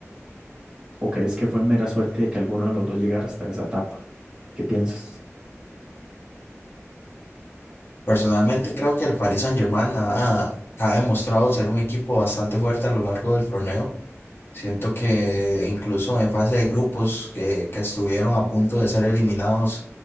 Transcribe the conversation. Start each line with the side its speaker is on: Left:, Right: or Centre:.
Right: ¿O crees que fue mera suerte de que alguno de los dos llegara hasta esa etapa? ¿Qué piensas?
Left: Personalmente creo que el Paris Saint-Germain ha, ha demostrado ser un equipo bastante fuerte a lo largo del torneo Siento que incluso en fase de grupos que, que estuvieron a punto de ser eliminados,